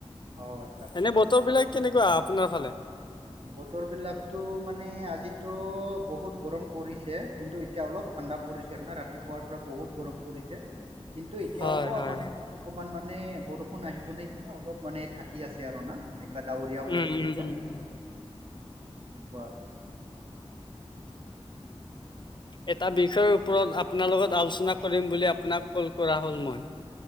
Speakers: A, on the right; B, on the left.
A: অ' আচ্ছা ঠিক
B: এনে বতৰ
A: আছে
B: বিলাক কেনেকুৱা? আপোনাৰ ফালে!
A: বতৰ বিলাকতো মানে আজিতো বহুত গৰম পৰিছে কিন্তু এতিয়া অলপ ঠাণ্ডা পৰিছে আৰু নে ৰাতিপুৱাৰ পৰা বহুত গৰম পৰিছে। কিন্তু এতিয়া
B: হয়
A: আক
B: হয়
A: মানে
B: হয়
A: অকমান মানে বৰষুণ আহিব নে কি না অলপ মানে থাকে কি আছে আৰু না এনেকুৱা ডাৱৰীয়া হৈ
B: উম
A: আছে
B: উম
A: এতিয়া,
B: উম উম।
A: কাৰ
B: এটা বিষয়ৰ ওপৰত আপোনাৰ লগত আলোচনা কৰিম বুলি আপোনাক কল কৰা হ'ল মই।